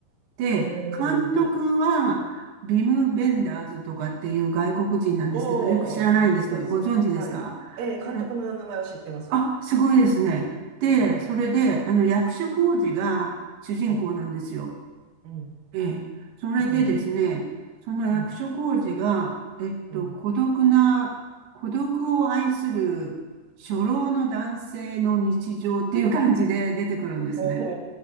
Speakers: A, on the right; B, on the right.
A: で、
B: おー、
A: 監督はビム・
B: はい。
A: ベンダーズとかっていう外国人なんですけど、
B: おー、
A: よく知らないんですけど、
B: ベンダーズ。
A: ご存知ですかそれ、
B: はい。えー、監督の名前は知ってます。
A: あ、すごいですね。で、
B: あ、いえいえ。
A: それで、あの、役所広司が主人公なんですよ。
B: はい。うん。
A: ええ。それでですね、
B: うん。
A: その役所広司が、
B: うん。
A: えっと、
B: うん。
A: 孤独な、孤独を愛する初老の男性の日常っていう感じで出てくるんですね。
B: おー、おー、